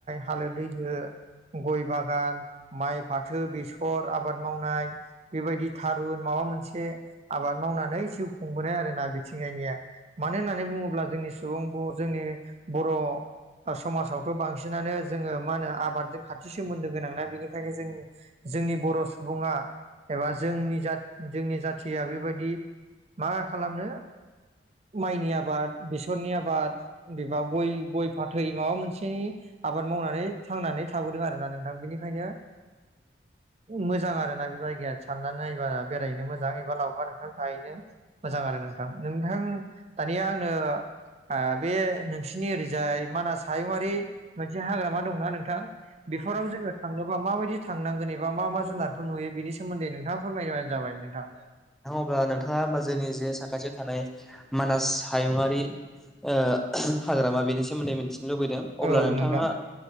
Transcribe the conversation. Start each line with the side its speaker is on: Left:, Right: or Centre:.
Right: हालो दैलो गय बागान माइ फाथो बेसर आबाद मावनाय बेबायदि थारुन माबा मोनसे आबाद माव मावनानै जिउ खुंबोनाय आरोना बिथिंगायनिया मानो होननानै बुङोब्ला जोंनि सुबुं जोंनि बर' समाजावथ' बांसिनानो जोङो मा होनो आबादजों खाथि सोमोन्दो गोनां ना बेनिखनो बेनिखायनो जों जोंनि बर' सुबुङा एबा जोंनि जोंनि जाथिया बेबायदि मा खालामनो माइनि आबाद बेसरनि आबाद एबा गय गय फाथै माबा मोनसे आ बाद मावनानै थांनानै थाबोदों आरोना नोंथां बेनिखायनो मोजां आरोना बे जायगाया साननानै नायबा बेरायनो मोजां एबा लावखार ओंखाम जा हैनो मोजां आरो नोंथां नोंथां दानिया आंङो ओ बे नोंसिनि ओरैजाय मानास हायुंआरि मोनसे हाग्रामा दंना नोंथां बेफोराव जोङो थाङो बा माबायदि थांनांगोन एबा
Centre: थांनांगोन
Right: मा मा जुनारफोर
Centre: एबा
Right: नुयो बेनि सोमोन्दै नोंथाङा फोरमायबानो जाबाय नोंथां
Centre: होमबा नोंथाङा होमबा जोंनि जे साखाथियाव थानाय मानास हायुङारि ओ हाग्रामा बेनि सोमोन्दै मिथिनो लुबैदों अब्लानो
Right: औ
Centre: नोंथाङा
Right: नोंथां